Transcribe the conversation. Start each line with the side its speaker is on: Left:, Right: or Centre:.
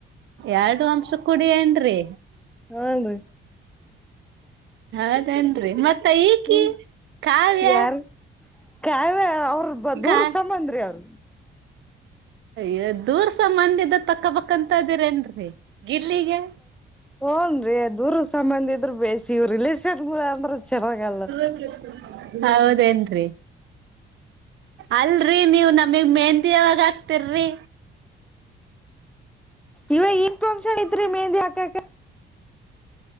Right: ಎರಡು ಅಂಶ ಕುಡಿಯೇನ್ರಿ
Centre: ಹಾ ಬ
Right: ಅದೇನ್ರಿ ಮತ್ತ ಈಕಿ
Centre: ಹ್ಮ್
Right: ಕಾವ್ಯ
Centre: ಯಾರ ಕಾವ್ಯ ಅವ್ರ ಬ ದೂರ
Right: ಕಾ
Centre: ಸಮಬಂದ್ರಿ ಅವ್ರ
Right: ಯ ದೂರ್ ಸಾಮನ್ಯದ ತಕ್ಕಬಂತ ಇದಿರೇನ್ೀ ಗಿಲ್ಲಿಗೆ
Centre: ಹೂನ್ರಿ ದೂರ ಸಂಬಂಧ ಇದ್ರರು ಬೇಸಿ ಇವ ರಿಲೇಷನ್ ಅಂದ್ರೆ ಚೆನ್ನಾಗಲ್ಲ
Right: <unintelligible> <inaudible> ಹೌದೇನ್ರಿ ಅಲ್ರರಿ ನೀವು ನಮಗ್ ಮೆಹಂತಿ ಯಾವಾಗ <inaudible> ರಿ
Centre: ಇವ ಇನ್ ಫಂಕ್ಷನ್ ಇದತ್ ಮೆಂದಿ ಹಾಕಾಕ